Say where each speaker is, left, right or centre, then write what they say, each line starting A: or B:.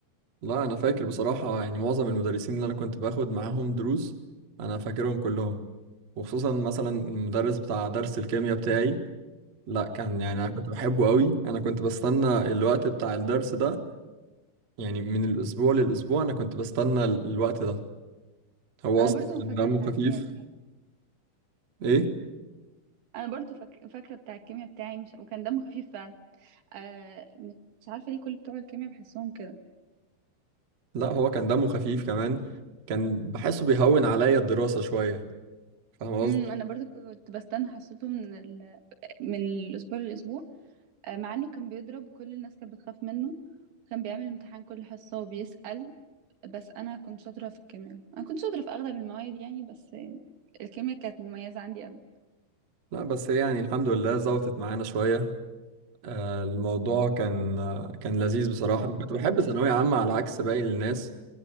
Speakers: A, on the right (about 50°); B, on the right (about 70°).
A: لا انا فاكر بصراحه يعني معظم المدرسين اللي انا كنت باخد معاهم دروس انا فاكرهم كلهم وخصوصا مثلا المدرس بتاع درس الكيمياء بتاعي لا كان يعني
B: امم
A: انا كنت بحبه قوي انا كنت بستنى الوقت بتاع الدرس ده يعني من الاسبوع للاسبوع انا كنت بستنى ال- الوقت ده هو
B: انا
A: اصلا
B: برضو
A: كان
B: فاكره
A: دمه
B: بتاع
A: خفيف
B: الكيمياء بتاعي
A: ايه
B: انا برضو فاك... فاكره بتاع الكيمياء بتاعي مش... وكان دمه خفيف فعلا آه مش عارفه ليه كل بتوع الكيمياء بحسهم كده
A: لا هو كان دمه خفيف كمان كان بحسه بيهون عليا الدراسه شويه فاهم قصدي
B: امم انا برضو كنت بستنى حصته من ال... من الاسبوع للاسبوع آه مع انه كان بيضرب وكل الناس كانت بتخاف منه وكان بيعمل امتحان كل حصه وبيسأل بس انا كنت شاطره في الكيمياء انا كنت شاطره في اغلب المواد يعني بس آه، الكيمياء كانت مميزه عندي قوي
A: لا بس هي يعني الحمد لله ظبطت معانا شويه آه، الموضوع كان آه، كان لذيذ بصراحة
B: اه
A: أنا
B: كورونا
A: كنت بحب ثانوية عامة على عكس باقي الناس